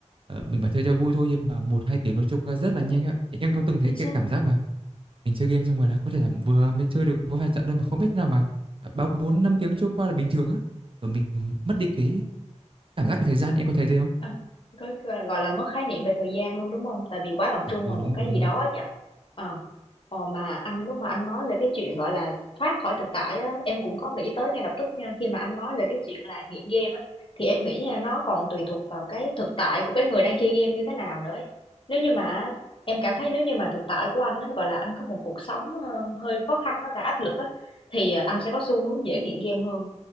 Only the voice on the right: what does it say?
ờ, mình phải chơi cho vui thôi nhưng mà một hai tiếng nó trôi qua rất là nhanh á. Em có từng thấy
cái
cảm giác mà mình chơi game xong rồi là có thể là vừa mới chơi được có vài trận thôi mà không biết thế nào mà đã bao bốn năm tiếng trôi qua là bình thường á. Rồi mình mất đi cái cảm giác về thời gian, em có thấy thế không?
À, ừ
đúng
rồi, đúng
rồi.